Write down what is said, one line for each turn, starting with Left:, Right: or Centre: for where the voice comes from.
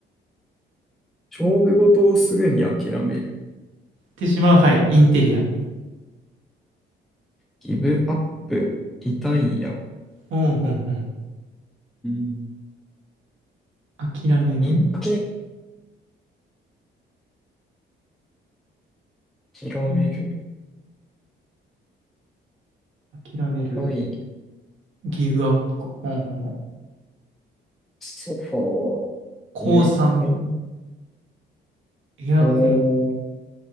Centre: 勝負事をすぐに諦める。
Right: てしまう、はい、インテリア。
Centre: ギブアップ、リタイア、
Right: うんうんうん。
Centre: うん。
Right: 諦める。
Centre: インテキ広める。
Right: うん。諦める。
Centre: はい。
Right: ギブアップか。うんうんうん。
Centre: ソファ
Right: 降参。
Centre: ー、エアコン、
Right: エアコン、
Centre: おー、